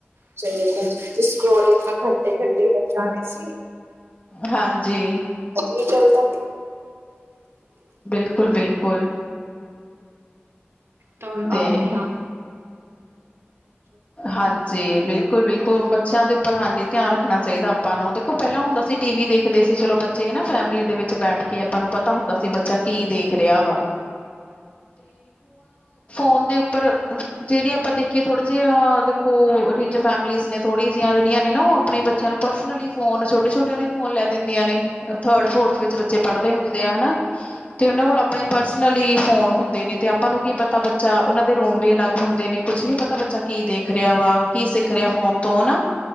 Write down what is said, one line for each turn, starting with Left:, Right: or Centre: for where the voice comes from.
Right: ਚਾਹੀਦਾ, ਸਕਰੋਲਿੰਗ ਘੰਟੇ ਘੰਟੇ <unintelligible>
Left: ਹਾਂਜੀ
Right: ਕੀ ਚੱਲਦਾ
Left: ਬਿਲਕੁਲ ਬਿਲਕੁਲ
Right: ਤੋ,
Left: ਤੇ
Right: ਆਪ ਧਿਆਨ
Left: ਹਾਂਜੀ ਬਿਲਕੁਲ ਬਿਲਕੁਲ ਬੱਚਿਆਂ ਦੇ ਉੱਪਰ ਹਾਂਜੀ ਧਿਆਨ ਰੱਖਣਾ ਚਾਹੀਦਾ ਆਪਾਂ ਨੂੰ, ਦੇਖੋ ਪਹਿਲਾਂ ਹੁੰਦਾ ਸੀ ਟੀ ਵੀ ਦੇਖਦੇ ਸੀ ਚਲੋ ਬੱਚੇ ਹਨਾ ਫੈਮਿਲੀ ਦੇ ਵਿੱਚ ਬੈਠ ਕੇ, ਆਪਾਂ ਨੂੰ ਪਤਾ ਹੁੰਦਾ ਸੀ ਬੱਚਾ ਕੀ ਦੇਖ ਕਰਿਆ ਵਾ <inaudible> ਫੋਨ ਦੇ ਉੱਪਰ ਜਿਹੜੀ ਆਪਾਂ ਦੇਖੀਏ ਥੋੜੀ ਜਿਹੀ ਆ ਦੇਖੋ ਰਿਚ ਫੈਮਲੀਜ਼ ਨੇ ਥੋੜੀ ਜਿਹੀਆ, ਜਿਹੜੀਆਂ ਨੇ ਨਾ ਉਹ ਆਪਣੇ ਬੱਚਿਆਂ ਨੂੰ ਪਰਸਨਲੀ ਫੋਨ ਛੋਟੇ ਛੋਟਿਆਂ ਨੂੰ ਹੀ ਫੋਨ ਲੈ ਦਿੰਦੀਆਂ, ਨੇ ਥਰਡ ਫੋਰਥ ਵਿੱਚ ਬੱਚੇ ਪੜ੍ਹਦੇ ਹੁੰਦੇ ਆ ਹਨਾ। ਤੇ, ਉਹਨਾਂ ਕੋਲ ਆਪਣੇ ਪਰਸਨਲੀ ਫੋਨ ਹੁੰਦੇ ਹੁੰਦੇ ਨੇ ਤੇ ਆਪਾਂ ਨੂੰ ਕੀ ਪਤਾ ਬੱਚਾ ਉਹਨਾਂ ਦੇ ਰੂਮ ਵੀ ਅਲੱਗ ਹੁੰਦੇ ਨੇ, ਕੁਛ ਨੀ ਪਤਾ ਬੱਚਾ ਕੀ ਦੇਖ ਰਿਹਾ ਵਾ, ਕੀ ਸਿੱਖ ਰਿਹਾ ਫੋਨ ਤੋਂ ਹਨਾ